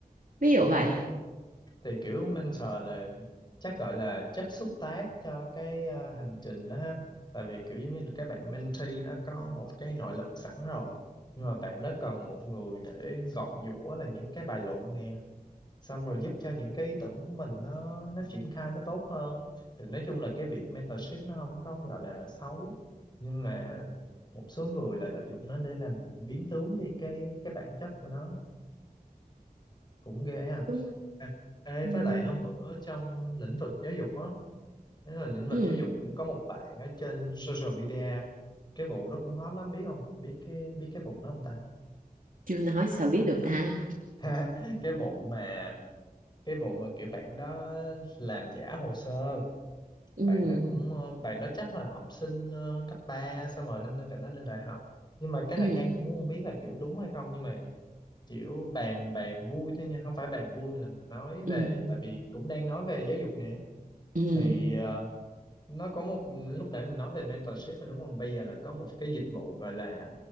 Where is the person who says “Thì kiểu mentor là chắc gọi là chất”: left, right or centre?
Left